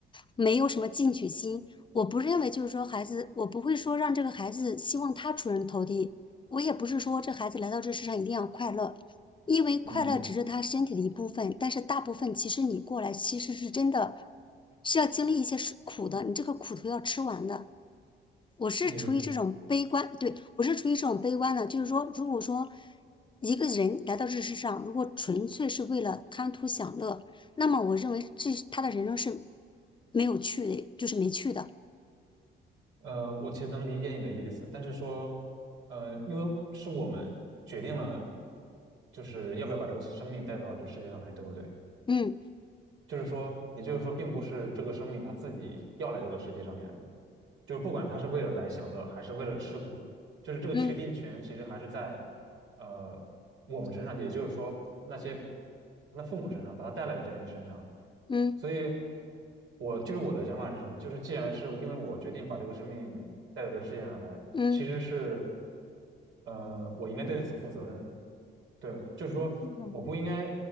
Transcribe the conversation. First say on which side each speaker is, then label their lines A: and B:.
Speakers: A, on the left; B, on the right.
A: 没有什么进取心。我不认为就是说孩子，我不会说让这个孩子希望他出人头地，我也不是说这孩子来到这世上一定要快乐，因为快乐只是他身体的一部分，
B: 嗯，
A: 但是大部分其实你过来其实是真的是要经历一些是苦的，你这个苦头要吃完的。我是处于这种悲观，
B: 你是
A: 对，我是处于这种悲观的，就是说，如果说一个人来到这世上，如果纯粹是为了贪图享乐，那么我认为这他的人生是没有趣的，就是没趣的。
B: 呃，我其实能理解你的意思，但是说，呃，因为是我们决定了，就是要不要把这个生命带到这世界上来，对不对？
A: 嗯
B: 就是说，也就是说，并不是这个生命它自己要来这个世界上面，就是不管它是为了来享乐还是为了吃苦，就是这个决定权其实还是在
A: 嗯
B: 呃我们身上，也就是说那些那父母身上把他带来的这些人身上。
A: 嗯
B: 所以我就是我的想法是什么？就是既然是因为我决定把这个生命带到这个世界上来，
A: 嗯，
B: 其实是呃我应该对此负责任。对，就是说我不应该，
A: 嗯